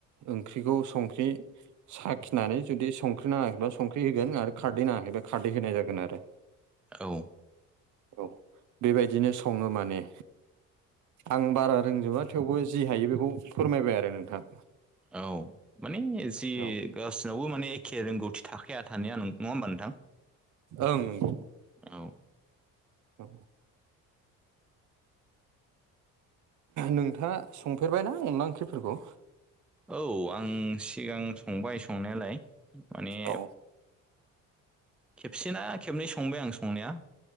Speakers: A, on the right; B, in the centre.
A: ओंख्रिखौ संख्रि साखिनानै जुदि संख्रि नाङाखैब्ला संख्रि होगोन आरो खारदै नाङाखैबा खारदै होनाय जागोन आरो।
B: औ।
A: औ बेबायदिनो सङो माने। आं बारा रोंजोबा थेवबो जि हायो बेखौ फोरमायबाय आरो नोंथां।
B: औ माने जि
A: औ
B: गासिनावबो माने एखे रोंगौथि थाखायाया थानाया नङा होमबा नोंथां?
A: ओं नंगौ।
B: औ।
A: औ नोंथाङा संफेरबायना अनला ओंख्रिफोरखौ?
B: औ आं सिगां संबाय संनायालाय माने
A: औ
B: खेबसेना खेबनै संबाय आं संनाया।